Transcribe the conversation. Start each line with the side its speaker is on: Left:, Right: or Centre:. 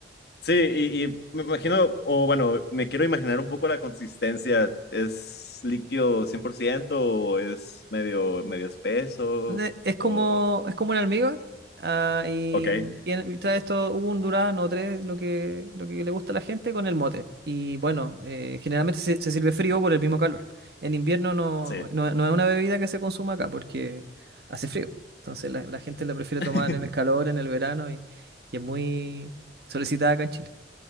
Left: Sí, y, y me imagino, o bueno, me quiero imaginar un poco la consistencia. ¿Es líquido 100% o es medio, medio espeso?
Right: Ne- Es como,
Left: O...
Right: es como un almíbar. ah, y,
Left: Ok,
Right: tiene- y trae esto un durazno o tres, lo que, lo que le gusta a la gente, con el mote. Y bueno, eh, generalmente se, se sirve frío por el mismo calor. En invierno no,
Left: sí.
Right: no, no es una bebida que se consuma acá porque hace frío. Entonces la, la gente la prefiere
Left: <laughs>
Right: tomar en el calor, en el verano y, y es muy solicitada acá en Chile.